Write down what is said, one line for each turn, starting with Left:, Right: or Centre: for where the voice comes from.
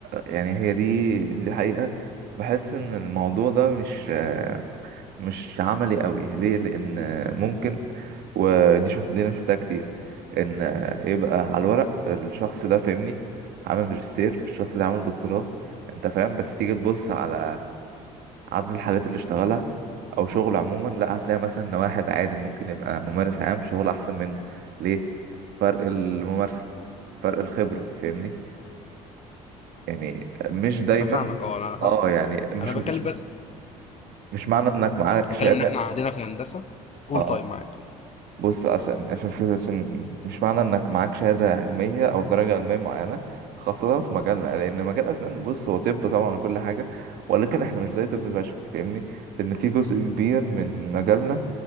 Right: يعني هي دي دي حقيقة بحس ان الموضوع ده مش مش عملي قوي ليه لان ممكن ودي شوف دي انا شفتها كتير ان يبقى على الورق الشخص ده فاهمني عامل ماجستير الشخص ده عامل دكتوراه انت فاهم بس تيجي تبص على عدد الحالات اللي اشتغلها او شغل عموما لا هتلاقي مثلا ان واحد عادي ممكن يبقى ممارس عام شغل احسن منه ليه فرق الممارسة فرق الخبرة فاهمني يعني مش دايما
Left: انا فاهمك اه انا حتى
Right: اه يعني مش
Left: انا بتكلم
Right: مش
Left: بس
Right: مش معنى انك معاك
Left: بتكلم
Right: شهادة
Left: ان احنا عندنا في الهندسه قول
Right: اه
Left: طيب معاك قول.
Right: بص عشان عشان في- عشان مش معنى انك معاك شهادة علمية او درجة علمية معينة خاصة في مجالنا لان مجال اسنان بص هو طب طبعا وكل حاجة ولكن احنا مش زي طب بشري فاهمني لان في جزء كبير من مجالنا